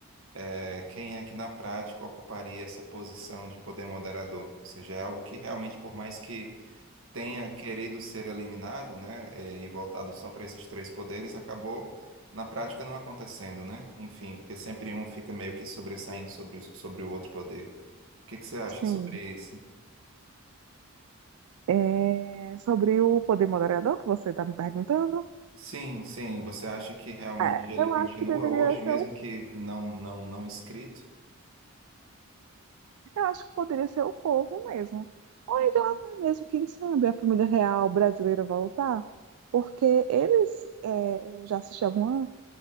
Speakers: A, on the right; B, on the right.
A: é, quem é que na prática ocuparia essa posição de poder moderador? Ou seja, é algo que realmente, por mais que tenha querido ser eliminado, né, é, e voltado só para esses três poderes, acabou na prática não acontecendo, né? Enfim, porque sempre um fica meio que sobressaindo sobre, os- sobre o outro poder. O que que você acha
B: sim.
A: sobre isso?
B: É, sobre o poder moderador que você está me perguntando,
A: Sim, sim. Você acha que realmente
B: é,
A: ele
B: eu
A: continua
B: acho que deveria
A: hoje,
B: ser
A: mesmo
B: um
A: que não, não, não escrito?
B: Eu acho que poderia ser o povo mesmo. Ou então até mesmo, quem sabe, a família real brasileira voltar. Porque eles, é, eu já assisti alguma